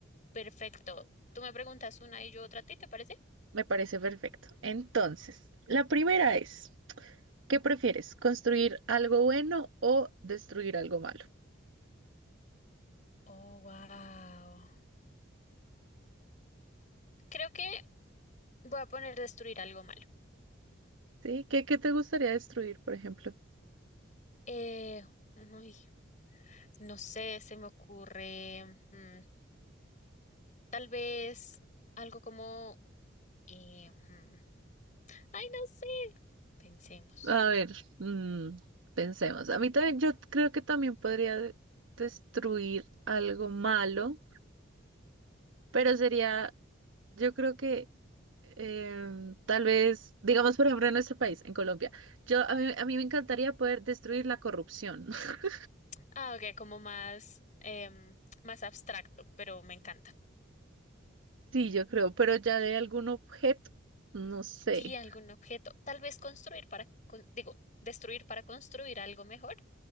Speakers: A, on the left; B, on the right.
A: Perfecto. Tú me preguntas una y yo otra a ti, ¿te parece?
B: Me parece perfecto. Entonces, la primera es, ¿qué prefieres? ¿Construir algo bueno o destruir algo malo?
A: Oh, wow. Creo que voy a poner destruir algo malo.
B: ¿Sí? ¿Qué, qué te gustaría destruir, por ejemplo?
A: Eh, uy, no sé, se me ocurre mm, tal vez algo como... eh, mm, ay, no sé. Pensemos.
B: A ver, mm, pensemos. A mí también, yo creo que también podría de- destruir algo malo, pero sería, yo creo que em, tal vez, digamos, por ejemplo, en nuestro país, en Colombia, yo a mí, a mí me encantaría poder destruir la corrupción. <laughs>
A: Ah, ok, como más, em, más abstracto, pero me encanta.
B: Sí, yo creo, pero ya de algún objeto, no sé.
A: Sí, algún objeto. Tal vez construir para, con- digo, destruir para construir algo mejor.